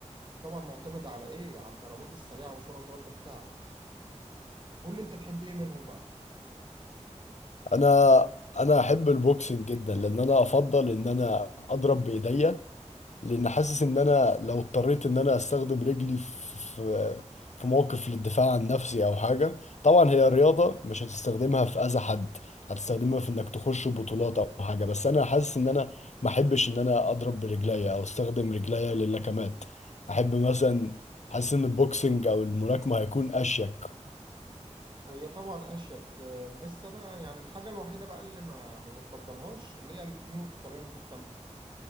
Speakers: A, on the right; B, on the left.
A: طبعا معتمدة على إيه على الضربات السريعة وسرعة رد الفعل قول لي أنت تحب إيه منهم بقى
B: أنا أنا أحب البوكسينج جدا لأن أنا أفضل إن أنا أضرب بإيديا لان حاسس ان انا لو اضطريت ان انا استخدم رجلي في في موقف للدفاع عن نفسي او حاجه طبعا هي رياضه مش هتستخدمها في اذى حد هتستخدمها في انك تخش بطولات او حاجه بس انا حاسس ان انا ما احبش ان انا اضرب برجليا او استخدم رجليا للكمات احب مثلا حاسس ان البوكسنج او الملاكمه هيكون اشيك
A: هي طبعا اشيك آه، بس انا يعني الحاجه الوحيده بقى اللي ما ما بفضلهاش اللي هي الفنون القتاليه المختلطه